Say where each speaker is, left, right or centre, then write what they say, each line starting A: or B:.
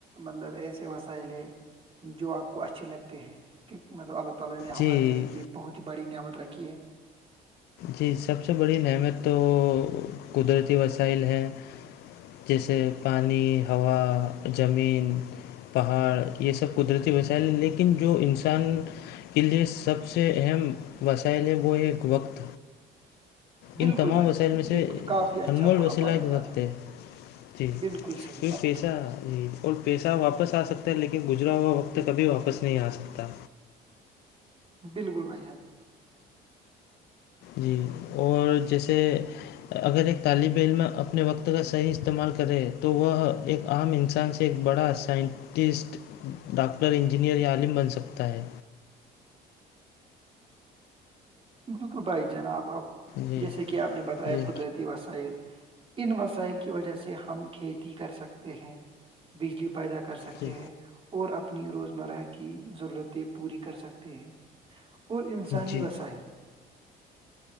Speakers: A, on the right; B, on the left.
A: مطلب ایسے وسائل ہے <unintelligible> <inaudible>
B: جی جی سب سے بڑی نعمیت تو قدرتی وسائل ہیں جیسے پانی ہوا زمین پہاڑ یہ سب قدرتی وسائل ہیں لیکن جو انسان کے لئے سب سے اہم وسائل ہے وہ ایک وقت
A: بالکل
B: ان تمام
A: بھائی
B: وسائل
A: جان
B: میں سے
A: بالکل کافی اچھا
B: انمول
A: بولا
B: وسیلہ
A: بھائی
B: کے
A: جان
B: وقت ہے جی
A: بالکل صحیح
B: یہ
A: بات
B: پیشہ جی اور پیسہ واپس آ سکتا ہے لیکن گزرا ہوا وقت کبھی واپس نہیں آ سکتا
A: بالکل بھائی ہاں
B: جی اور جیسے اگر ایک طالب علم اپنے وقت کا صحیح استعمال کرے تو وہ ایک عام انسان سے ایک بڑا سائنٹسٹ ڈاکٹر انجینئر یا عالم بن سکتا ہے
A: بالکل بھائی جان آپ
B: جی
A: جیسے کہ آپ نے بتایا
B: جی
A: قدرتی وسائل ان وسائل کی وجہ سے ہم کھیتی کر سکتے ہیں بجلی پیدا کر سکتے
B: جی
A: ہیں اور اپنی روزمرہ کی ضرورتیں پوری کر سکتے ہیں اور انسانی
B: جی
A: وساحل